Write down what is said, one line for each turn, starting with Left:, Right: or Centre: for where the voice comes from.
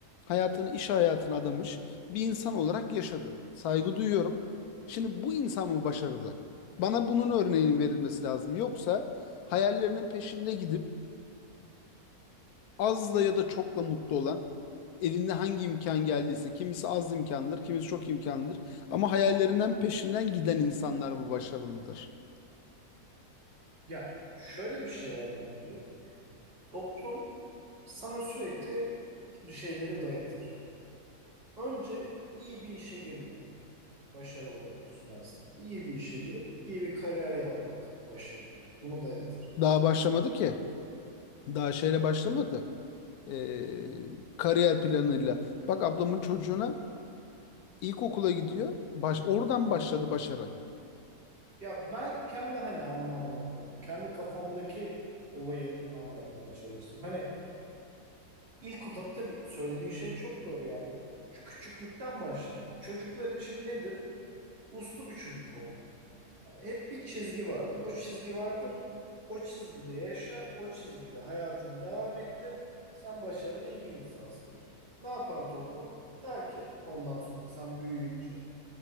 Left: hayatını iş hayatına adamış bir insan olarak yaşadı. Saygı duyuyorum. Şimdi bu insan mı başarılı? Bana bunun örneğinin verilmesi lazım. Yoksa hayallerinin peşinde gidip az da ya da çokla mutlu olan elinde hangi imkan geldiyse kimisi az imkandır, kimisi çok imkandır ama hayallerinden peşinden giden insanlar mı başarılıdır?
Right: Ya şöyle bir şey var bence. Toplum sana sürekli bir şeyleri dayatır. Önce iyi bir işe girmeni başarı olarak sunar sana. İyi bir işe girip iyi bir kariyer yapmak başarıdır. Bunu dayatır.
Left: Daha başlamadı ki. Daha şeyle başlamadı. Ee, kariyer planıyla. Bak ablamın çocuğuna ilkokula gidiyor. Baş, oradan
Right: Hı
Left: başladı
Right: hı.
Left: başarı.
Right: Ya ben kendi hani anlamlı anladım. Kendi kafamdaki olayı anlatmaya çalıştım. Hani ilk o tabii tabii söylediğin şey çok doğru yani. O küçüklükten başlar. Çocuklar için nedir? uslu bir çocuk olmak. Hani hep bir çizgi vardır. O çizgi vardır. O çizgide yaşa, o çizgide hayatını devam ettir. Sen başarılı iyi bir insansındır. Ne yapar toplum? Der ki ondan sonra sen büyüyünce